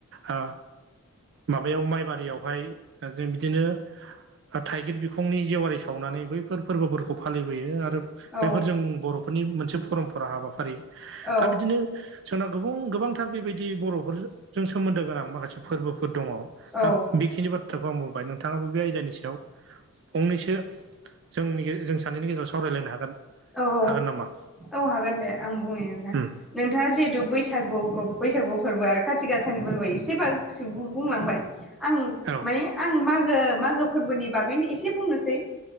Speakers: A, on the right; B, in the centre.
A: आ माबायाव माइबाद बारियावहाय जों बिदिनो थाइगिर बिखंनि जेवारि सावनानै बैफोर फोर्बोफोरखौ फालिबोयो आरो
B: औ
A: बेफोर जों बर'फोरनि मोनसे परमपरा हाबाफारि
B: औ
A: दा बिदिनो जोंनाव गोबां गोबांथार बेबायदि बर'फोरजों सोमोन्दो गोनां माखासे फोर्बोफोर दङ।
B: औ
A: दा बेखिनि बाथ्राखौ आं बुंबाय नोंथाङाबो बे आयदानि सायाव फंनैसो जोंनि जों सानैनि गेजेराव सावरायलायनो हागोन।
B: औ औ
A: हागोन नामा
B: औ हागोन दे आं बुंनि नोंथां।
A: उम
B: नोंथाङा जिहेतथु बैसागुखौ बैसागु फोरबो आरो खाथि गाासानि फोरबो एसेबाबो बुंलांबाय। आं
A: औ
B: माने आं मागो मागो फोरबोनि बागैनो एसे बुंनोसै।